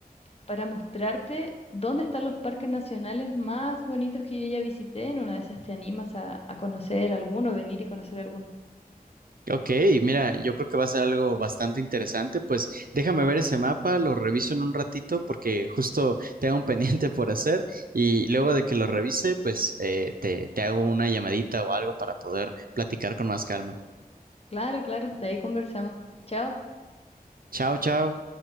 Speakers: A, on the left; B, on the right.
A: para mostrarte dónde están los parques nacionales más bonitos que yo ya visité. En una de esas te animas a, a conocer alguno, venir y conocer alguno.
B: Ok, mira, yo creo que va a ser algo bastante interesante. Pues déjame ver ese mapa, lo reviso en un ratito porque justo tengo un <laughs> pendiente por hacer y luego de que lo revise, pues eh, te, te hago una llamadita o algo para poder platicar con más calma.
A: Claro, claro, de ahí conversamos. Chao.
B: Chao, chao.